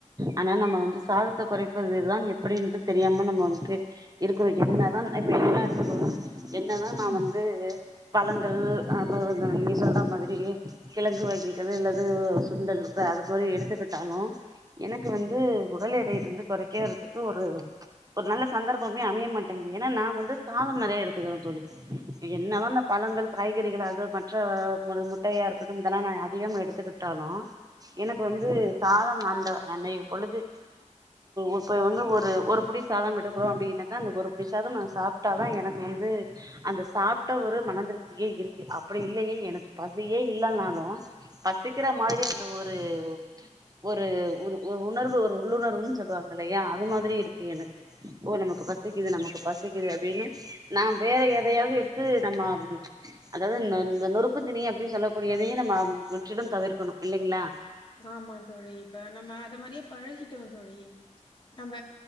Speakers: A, on the right (about 30°); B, on the left (about 40°).
A: ஆனா நம்ம வந்து சாதத்த குறைப்பதுதான் எப்படின்ட்டு தெரியாம நம்ம வந்துட்டு இரு என்னதான் இப்ப என்னல்லாம் எடுத்துக்கோங்க என்னதான் நான் வந்து பழங்கள் அப்பறம் நீங்க சொல்ற மாதிரி கிழங்கு வகைகள் இல்லது சுண்டல் அது மாதிரி எடுத்துக்கிட்டாலும் எனக்கு வந்து உடல் எடை வந்து குறைக்க வதுக்கு ஒரு ஒரு நல்ல சந்தர்ப்பம் அமைய மாட்டேங்கது ஏன்னா நான் வந்து சாதம் நிறைய எடுத்துக்குறேன் தோழி என்னதா அந்த பழங்கள் காய்கறிகள் அது மற்ற முட்டையா இருக்கட்டும் இதெல்லாம் அதிகம் எடுத்துக்கிட்டாலும் எனக்கு வந்து சாதம் அந்தய பொழுது இப்ப வந்து ஒரு புடி சாதம் எடுக்கிறோம் அப்டினா அதா அந்த ஒரு பிடி சாதோ நா சாப்ட்டாதா எனக்கு வந்து அந்த சாப்ட்ட ஒரு மனதிருப்தியே இருக்கு அப்டி இல்லையே எனக்கு பசியே இல்லனாலு பசிக்கிற மாரி அந்த ஒரு ஒ ஒரு ஒரு ஒரு உணர்வு ஒரு உள்ளுணர்வுன்னு சொல்லுவாங்க இல்லையா அது மாதிரி இருக்கு எனக்கு ஓ நமக்கு பசிக் பசிக்குது நமக்கு பசிக்குது அப்படின்னு நான் வேற எதையாவது எடுத்து நம்ம அதாவது இந்த நொறுக்கு தீணீ அப்படின்னு சொல்லக்கூடியதையும் நம்ம முற்றிடம் தவிர்க்கணும் இல்லிங்களா
B: ஆமா தோழி இப்ப நம்ம அத மாரியே பழகிட்டோம் தோழி நம்ம